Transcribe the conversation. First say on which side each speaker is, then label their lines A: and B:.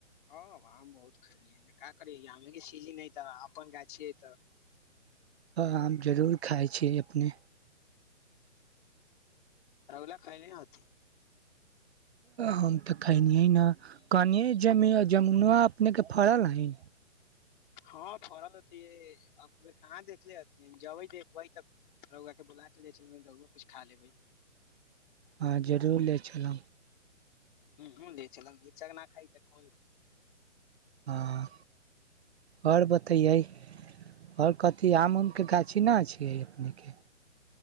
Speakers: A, on the left; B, on the right.
A: हँ आम बहुत खलियै नका करी आमेके सीजन ह तऽ अपन गाछि हय तऽ
B: हँ हँ आम जरूर खाइ छियै अपने
A: रौला खइल नथ
B: हम तऽ खलियै ने कहनियै जम जमुना अपने के फड़ल हइ
A: हँ फड़ल होतै अब बेर कहाँ देखले हथि जबै देखबै तब रहुुआ के बुला के ले रुआ कुछ खा लेबै
B: हँ जरूर ले चलब
A: हूँ हूँ ले चलव हिचक ना खइ तऽ कोन खइ
B: हँ आओर बतैयै आओर कथी आम उमके गाछी नहि छियै अपनेके